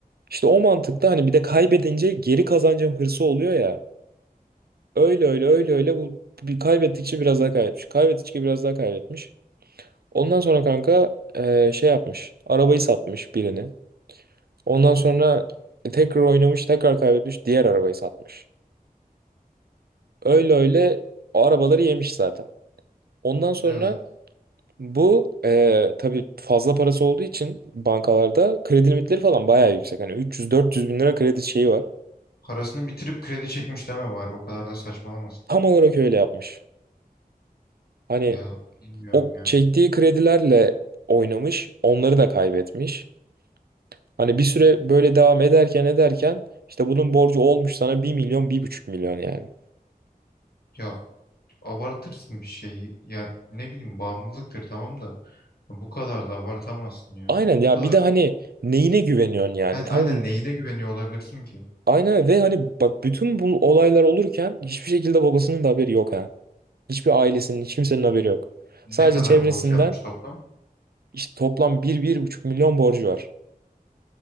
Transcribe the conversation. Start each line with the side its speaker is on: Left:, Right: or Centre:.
Right: İşte o mantıkta hani bir de kaybedince geri kazanacağım hırsı oluyor ya. Öyle öyle öyle öyle bu bir kaybettikçe biraz daha kaybetmiş. Kaybettikçe biraz daha kaybetmiş. Ondan sonra kanka eee, şey yapmış. Arabayı satmış birini. Ondan sonra tekrar oynamış, tekrar kaybetmiş, diğer arabayı satmış. Öyle öyle o arabaları yemiş zaten. Ondan sonra
Left: evet.
Right: Bu eee tabii fazla parası olduğu için bankalarda kredi limitleri falan bayağı yüksek. Hani 300-400 bin lira kredi şeyi var.
Left: Parasını bitirip kredi çekmiş deme bari o kadar da saçmalamasın.
Right: Tam olarak öyle yapmış. Hani
Left: Ya bilmiyorum
Right: o
Left: ya.
Right: çektiği kredilerle oynamış, onları da kaybetmiş. Hani bir süre böyle devam ederken ederken işte bunun borcu olmuş sana bir milyon, bir buçuk milyon yani.
Left: Ya abartırsın bir şeyi. Ya ne bileyim bağımlılıktır tamam da bu kadar da abartamazsın ya.
Right: Aynen ya
Left: Bu kadar
Right: bir de hani neyine güveniyorsun yani?
Left: yani
Right: Tam
Left: aynen neyine güveniyor olabilirsin ki?
Right: aynen ve hani bak bütün bu olaylar olurken hiçbir şekilde babasının da haberi yok Hiçbir ailesinin, hiç kimsenin haberi yok.
Left: Ne
Right: Sadece
Left: kadar
Right: çevresinden
Left: borç yapmış toplam?
Right: işte toplam bir bir buçuk milyon borcu var.